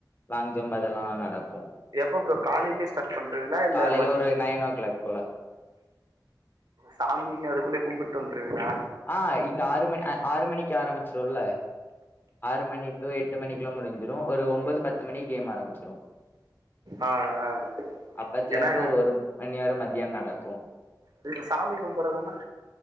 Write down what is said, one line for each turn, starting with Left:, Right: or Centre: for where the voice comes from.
Left: லாங் ஜம்ப் அதெல்லா நடக்கு
Right: எப்ப ப்ரோ காலையிலயே ஸ்டார்ட் பண்றீவீங்களா இல்ல
Left: காலையில
Right: மதிய
Left: ஒரு நைன் ஓ கிளாக் போல
Right: சாமி அதுக்குள்ளயே கும்புட்டு வந்துருவீங்களா
Left: ஆ இங்க ஆறு மணி அ ஆறு மணிக்கு ஆரம்பிச்சுருள ஆறு மணி டு எட்டு மணிக்குள்ளா முடிஞ்சிடும் ஒரு ஒன்பது பத்து மணிக்கு கேம் ஆரம்பிச்
Right: ஆ ஆ
Left: அப்பத்துல
Right: ஏன்னா
Left: இருந்து ஒரு ஒரு மணி வர மத்தியானம் நடக்கு
Right: இதுல சாமி கும்பறதானா